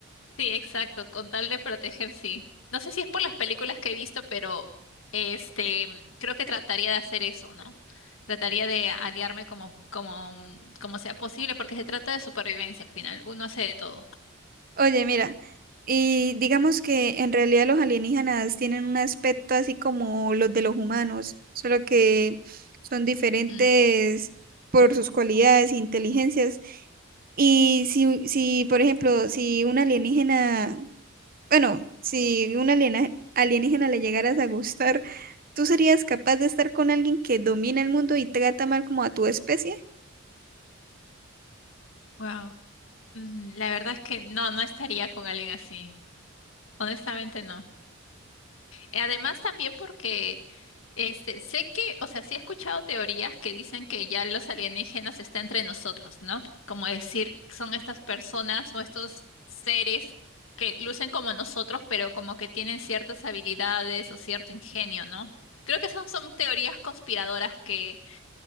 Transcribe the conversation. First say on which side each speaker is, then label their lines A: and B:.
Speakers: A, on the left; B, on the right.
A: Sí, exacto, con tal de proteger, sí. No sé si es por las películas que he visto, pero este, creo que trataría de hacer eso, ¿no? Trataría de aliarme como, como, mm, como sea posible, porque se trata de supervivencia al final. Uno hace de todo.
B: Oye, mira, y digamos que en realidad los alienígenas tienen un aspecto así como los de los humanos, solo que son diferentes
A: Mm,
B: por sus cualidades e inteligencias. Y si, si, por ejemplo, si un alienígena bueno, si un aliena- alienígena le llegaras a gustar, ¿tú serías capaz de estar con alguien que domina el mundo y trata mal como a tu especie?
A: wow. Mm, la verdad es que no, no estaría con alguien así. Honestamente, no. Además, también porque este, sé que, o sea, sí he escuchado teorías que dicen que ya los alienígenas están entre nosotros, ¿no? Como decir, son estas personas o estos seres que lucen como nosotros, pero como que tienen ciertas habilidades o cierto ingenio, ¿no? Creo que esas son teorías conspiradoras que,